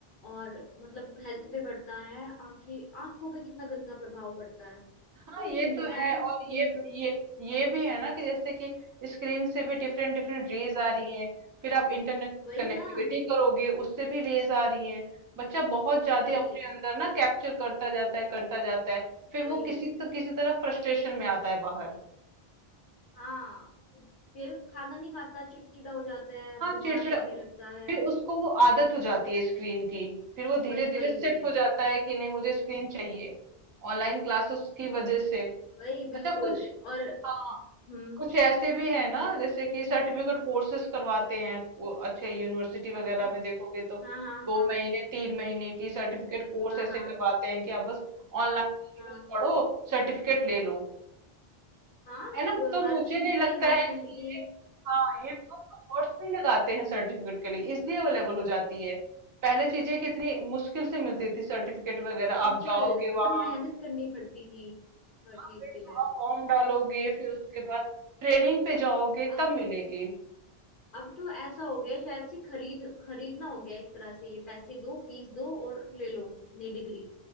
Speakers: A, on the left; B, on the right.
A: और मतलब हेल्थ पे पड़ता है आंखें आंखों पे कितना गंदा प्रभाव पड़ता है तो
B: हाँ ये तो
A: मैं
B: है
A: तो इसको
B: और ये
A: मतलब
B: ये ये भी है ना कि जैसे कि स्क्रीन से भी डिफरेंट डिफरेंट रेज आ रही हैं फिर आप इंटरनेट
A: वही
B: कनेक्टिविटी
A: ना
B: करोगे उससे भी रेज आ रही हैं बच्चा बहुत ज्यादा
A: वही
B: अपने अंदर ना कैप्चर करता जाता है करता जाता है फिर वो
A: वही
B: किसी तो किसी तरह फ्रस्ट्रेशन में आता है बाहर
A: हाँ फिर खाना नहीं खाता चिड़चिड़ा हो जाता है
B: हाँ
A: बीमार
B: चिड़चिड़ा
A: पड़ने
B: उस-
A: लगता है
B: फिर उसको वो आदत हो जाती है स्क्रीन की फिर वो धीरे
A: वही
B: धीरे
A: वही
B: शिफ्ट
A: वही
B: हो जाता है कि नहीं मुझे स्क्रीन चाहिए ऑनलाइन क्लासेस की वजह से
A: वही बिल्कुल
B: अच्छा कुछ
A: और
B: हाँ
A: हम्म
B: कुछ ऐसे भी है ना जैसे कि सर्टिफिकेट कोर्सेज करवाते हैं वो अच्छे यूनिवर्सिटी वगैरह
A: अच्छा
B: में देखोगे तो
A: हाँ हाँ
B: दो
A: हाँ
B: महीने तीन महीने की सर्टिफिकेट कोर्स
A: हाँ हाँ
B: ऐसे करवाते हैं कि आप बस ऑनलाइन जाके
A: हाँ
B: बस पढ़ो सर्टिफिकेट ले लो
A: हाँ
B: है ना तो मुझे
A: हर चीज
B: नहीं
A: के
B: लगता
A: हर
B: है
A: फील्ड
B: कि ये
A: के
B: हाँ ये बहुत अफोर्ट्स नहीं लगाते हैं सर्टिफिकेट के लिए इजली अवेलेबल हो जाती है पहले चीजें कितनी मुश्किल से मिलती थी सर्टिफिकेट वगैरह
A: बिल्कुल
B: आप जाओगे
A: मतलब
B: वहां
A: मेहनत करनी पड़ती थी हर
B: हाँ,
A: चीज
B: फिर तो
A: के लिए
B: आप फॉर्म डालोगे फिर उसके बाद ट्रेनिंग पे जाओगे
A: अब
B: तब मिलेगी
A: अब तो ऐसा हो गया है, शायद से खरीद खरीदना हो गया है एक तरह से ये पैसे दो फीस दो और ले लो अपनी डिग्री